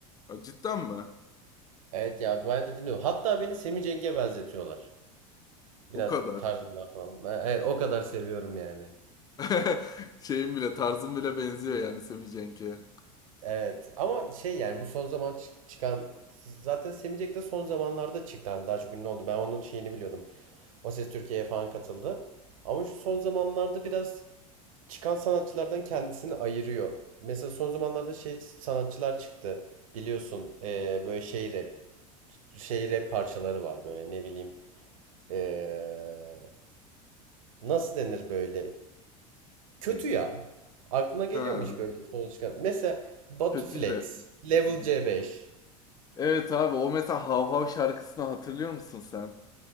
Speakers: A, on the left; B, on the right.
A: Ya cidden mi?
B: Evet ya bayağı da dinliyorum. Hatta beni Semih Cengiz'e benzetiyorlar. Biraz
A: O kadar.
B: tarzından falan. Ha, Evet o kadar seviyorum yani.
A: <laughs> Şeyim bile tarzım bile benziyor yani Sammy Cenk'e.
B: Evet ama şey yani bu son zaman çı- çıkan zaten Semih Cengiz de son zamanlarda çıktı. Hani daha çok ünlü oldu. Ben onun şeyini biliyordum. O Ses Türkiye'ye falan katıldı. Ama şu son zamanlarda biraz çıkan sanatçılardan kendisini ayırıyor. Mesela son zamanlarda şey sanatçılar çıktı. Biliyorsun eee, böyle şey rap, şey rap parçaları var böyle ne bileyim. eee, nasıl denir böyle? Kötü
A: Ne?
B: ya. Aklına geliyor
A: Ha,
B: mu hiç böyle son çıkan? Mesela Batu
A: kötü
B: Flex,
A: rap.
B: Level
A: Hmm.
B: C5.
A: Evet abi o mesela Hav Hav şarkısını hatırlıyor musun sen?